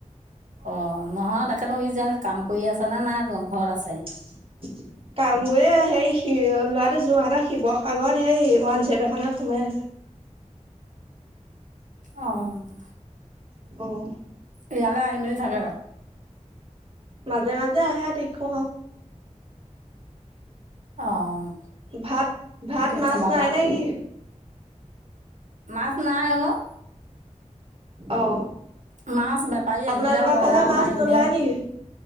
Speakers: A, on the right; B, on the right.
A: অ', নহয় তাকেতো সি যে কাম কৰি আছ নে নাই ঘৰত আছে?
B: <inaudible> কাম কৰি সেই ল'ৰাটো যোৰহাটৰ শিৱসাগৰত সেই ওৱান চেভ এখনত সোমাই আছে।
A: অ',
B: অ'
A: ইয়ালৈ আহি মেলি থাকে?
B: মাজে মাজে আহে দেখো আৰু।
A: অ'।
B: ভাত ভাত
A: দে
B: মাছ
A: বাবা
B: নাই নে কি?
A: মাছ নাই অ'।
B: অ'।
A: মাছ বেপাৰী
B: আপোনালোকৰ
A: আহিলে হয়
B: ফালে
A: আমাৰ
B: মাছ নোলায়
A: এনে
B: নেকি?